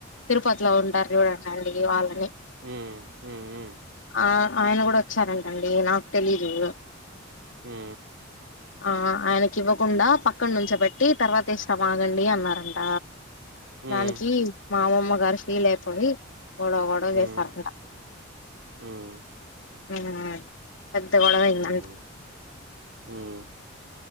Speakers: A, on the left (about 65°); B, on the right (about 70°).
A: తిరుపతిలో ఉంటారు చూడండి <unintelligible> వాళ్ళని
B: హ్మ హ్మ హ్మ హ్మ
A: ఆ ఆయన కూడా వచ్చారంటండి నాకు తెలీదు
B: హ్మ
A: ఆ ఆయనకి ఇవ్వకుండా పక్కన నుంచ పెట్టి తర్వాత ఇస్తా ఆగండి అన్నారంట
B: హ్మ్.
A: దానికి మా అమ్మమ్మ గర్ ఫీల్ అయిపోయి గొడవ గొడవ
B: హ్మ్. హ్మ్.
A: చేశారంట
B: హ్మ్.
A: ఆ పెద్ద గొడవ అయిన్
B: హ్మ్. హ్మ్.